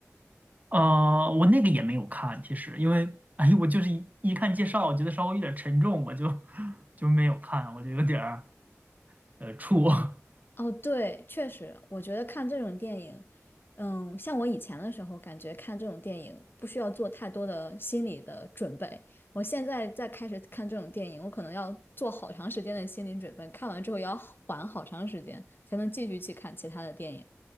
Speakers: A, on the right; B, on the left.
A: 呃，我那个也没有看，其实因为，哎，我就是一一看介绍，我觉得稍微有点沉重，我就 <laughs> 就没有看，我就有点儿呃怵。<laughs>
B: 哦，对，确实，我觉得看这种电影，嗯，像我以前的时候，感觉看这种电影不需要做太多的心理的准备。我现在再开始看这种电影，我可能要做好长时间的心理准备，看完之后也要缓好长时间，才能继续去看其他的电影。